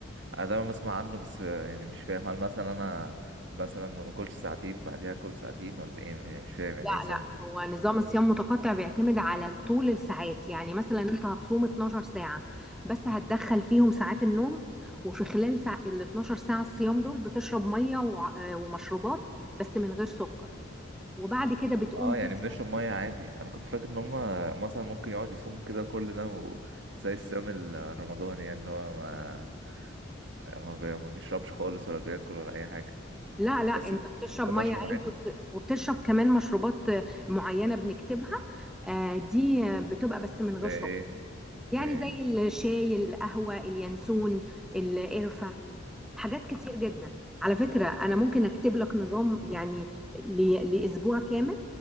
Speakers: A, on the right; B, in the centre.
A: انا دايما بسمع عنه بس يعني مش فاهم هل مثلا انا مثلا ما باكلش ساعتين بعديها اكل ساعتين ولا ايه يعني مش فاهم يعني
B: لا
A: ايه سمين
B: لا هو نظام الصيام متقطع بيعتمد على طول الساعات يعني مثلا انت هتصوم 12 ساعة بس هتدخل فيهم ساعات النوم وفي خلال ساعة ال 12 ساعة الصيام دول بتشرب مية وع- ومشروبات بس من غير سكر وبعد كده بتقوم
A: اه
B: تفطر
A: يعني بنشرب ميه عادي انا كنت فاكر ان هم مثلا ممكن يقعد يصوم كده كل ده و... زي الصيام الرمضاني يعني اللي هو ما ما, بي... ما بيشربش خالص ولا بياكل ولا اي حاجه
B: لا لا
A: بس
B: انت بتشرب
A: ممكن
B: مية
A: نشرب
B: عادي
A: عادي
B: وبت- وبتشرب كمان مشروبات آه، معينة بنكتبها آه، دي آه، بتبقى بس من
A: زي
B: غير سكر
A: ايه
B: يعني
A: زي ايه
B: زي الشاي القهوة اليانسون القرفة حاجات كتير جدا على فكرة أنا ممكن أكتب لك نظام يعني ل- لأسبوع كامل